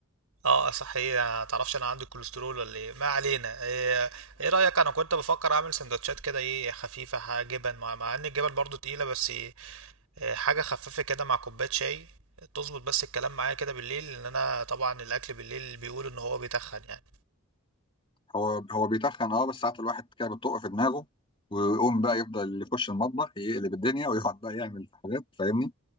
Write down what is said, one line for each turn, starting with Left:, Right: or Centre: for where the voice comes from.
Right: اه صحيح ما تعرفش انا عندي كوليسترول ولا ايه ما علينا ايه, إيه رايك انا كنت بفكر اعمل سندوتشات كده ايه خفيفه ح- جبن مع, مع ان الجبن برضو تقيله بس إيه آه، حاجة خفيفة كده مع كوباية شاي تظبط بس الكلام معايا كده بالليل لأن أنا طبعا الأكل بالليل بيقول إن هو بيتخن يعني
Left: هو هو بيتخن اه بس ساعات الواحد كده بتطق في دماغه ويقوم بقى يفضل يخش المطبخ يقلب الدنيا ويقعد بقى يعمل حاجات فاهمني